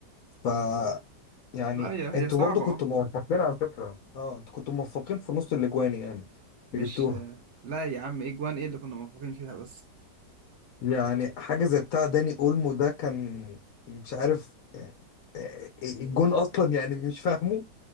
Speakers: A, on the left; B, on the right.
A: ف يعني
B: لا هي
A: انتوا
B: هي صعبة
A: برضو كنتوا
B: اه
A: موفقين على فكره اه انتوا كنتوا موفقين في نص الاجوان يعني
B: مش
A: اللي جبتوها
B: آه، لا يا عم ايه جوان ايه اللي كنا موفقين فيها بس
A: يعني حاجة زي بتاع داني اولمو ده كان مش عارف يعني آه، الجون اصلا يعني مش فاهمه